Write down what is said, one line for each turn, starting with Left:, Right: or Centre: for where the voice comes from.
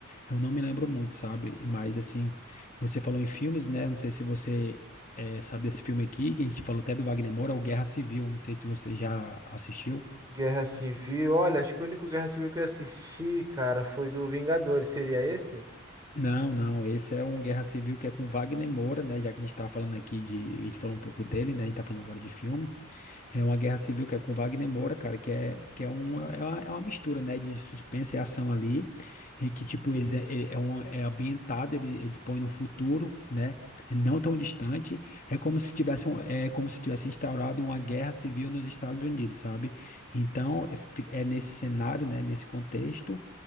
Left: eu não me lembro muito, sabe? Mas, assim, você falou em filmes, né, não sei se você eh, sabe desse filme aqui, que a gente falou até do Wagner Moura, é o Guerra Civil, não sei se você já assistiu.
Right: Guerra Civil, olha, acho que o único Guerra Civil que eu assisti, cara, foi do Vingadores. Seria esse?
Left: Não, não, esse é um Guerra Civil que é com Wagner Moura, né, já que a gente tá falando aqui de, a gente falou um pouco dele, né, a gente tá falando agora de filme. É uma guerra civil que é com Wagner Moura, cara, que é, que é, uma, é uma, é uma mistura, né, de suspense e ação ali, e que, tipo, eles é, ele- é, um, é ambientado, ele, eles põem no futuro, né, não tão distante, é como se tivesse, um- é como se tivesse instaurado uma guerra civil nos Estados Unidos, sabe? Então, é, fi- é nesse cenário, né, nesse contexto,